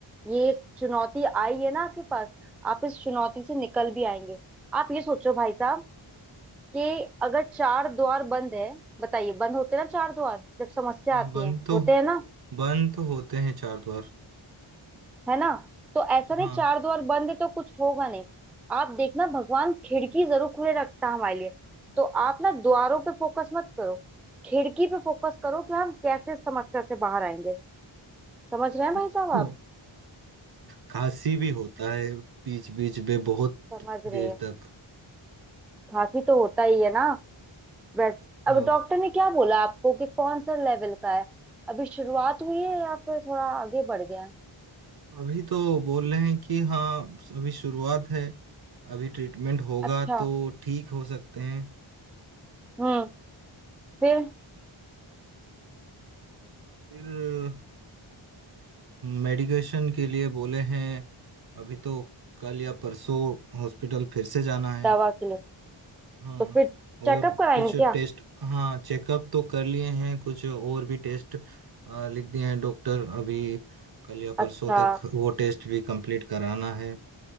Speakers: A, in the centre; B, on the right.
A: ये चुनौती आई है ना आपके पास आप इस चुनौती से निकल भी आएंगे आप ये सोचो भाई साहब कि अगर चार द्वार बंद है बताइए बंद होते हैं ना चार द्वार जब समस्या
B: हाँ
A: आती
B: बंद
A: है
B: तो
A: होते हैं ना
B: बंद तो होते हैं चार द्वार
A: है ना तो ऐसा नहीं
B: हाँ
A: चार द्वार बंद है तो कुछ होगा नहीं आप देखना भगवान खिड़की जरूर खुले रखता है हमारे लिए तो आप ना द्वारों पे फोकस मत करो खिड़की पे फोकस करो कि हम कैसे इस समस्या से बाहर आएंगे समझ रहे हैं
B: <laughs>
A: भाई साहब आप
B: खांसी भी होता है बीच बीच में बहुत
A: समझ रहे
B: देर
A: हैं
B: तक
A: खांसी तो होता ही है ना वैसे
B: हाँ
A: अब डॉक्टर ने क्या बोला आपको कि कौन सा लेवल का है अभी शुरुआत हुई है या फिर थोड़ा आगे बढ़ गया है
B: अभी तो बोल रहे हैं कि हाँ अभी शुरुआत है अभी ट्रीटमेंट होगा
A: अच्छा
B: तो ठीक हो सकते हैं
A: हम्म फिर
B: फिर मेडिकेशन के लिए बोले हैं अभी तो कल या परसों हॉस्पिटल फिर से जाना है
A: दवा के लिए
B: हाँ
A: तो फिर
B: और
A: चेकअप कराएंगे
B: कुछ
A: क्या
B: टेस्ट हाँ चेकअप तो कर लिए हैं कुछ और भी टेस्ट आ, लिख दिए हैं डॉक्टर अभी कल या
A: अच्छा
B: परसों तक वो टेस्ट भी कंप्लीट कराना है